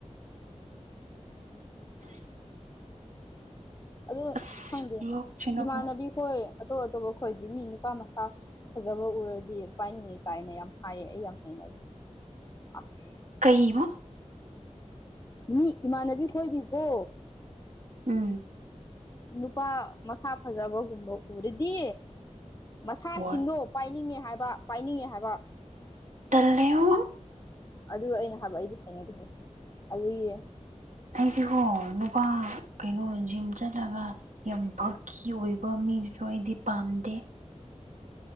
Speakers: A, on the left; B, on the right.
A: ꯑꯗꯨ
B: ꯑꯁ
A: ꯈꯪꯗꯦ
B: ꯂꯣꯛꯁꯤꯅꯀꯣ
A: ꯏꯃꯥꯟꯅꯕꯤ ꯈꯣꯏ ꯑꯇꯣꯞ ꯑꯇꯣꯞꯄ ꯈꯣꯏꯗꯤ ꯃꯤ ꯅꯨꯄꯥ ꯃꯆꯥꯥ ꯐꯖꯕ ꯎꯔꯗꯤ ꯄꯥꯏꯅꯤ ꯀꯥꯏꯅ ꯌꯥꯝ ꯍꯥꯏꯌꯦ ꯑꯩ ꯌꯥꯝ ꯍꯩꯅ ꯑꯁ
B: ꯀꯍꯕ
A: ꯃꯤ ꯏꯃꯥꯟꯅꯕꯤ ꯈꯣꯏꯗꯤꯕꯣ
B: ꯎꯝ
A: ꯅꯨꯄꯥ ꯃꯁꯥ ꯐꯖꯕꯒꯨꯝꯕ ꯎꯔꯗꯤ ꯃꯁꯥꯁꯤꯡꯗꯣ
B: ꯍꯣꯏ
A: ꯄꯥꯏꯅꯤꯡꯉꯦ ꯍꯥꯏꯕ ꯄꯥꯏꯅꯤꯡꯉꯦ ꯍꯥꯏꯕ
B: ꯇꯂꯣ
A: ꯑꯗꯨ ꯑꯩꯅ ꯍꯥꯏꯕ ꯑꯩꯗꯤ ꯍꯥꯏꯅꯗꯦ ꯑꯗꯨꯒꯤ
B: ꯑꯩꯁꯤ ꯍꯣ ꯅꯨꯄꯥ ꯀꯩꯅꯣ ꯖꯤꯝ ꯆꯠꯂꯒ ꯌꯥꯝ ꯐꯕꯛꯀꯤ ꯑꯣꯏꯕ ꯃꯤꯗꯨꯁꯨ ꯑꯩꯗꯤ ꯄꯥꯝꯗꯦ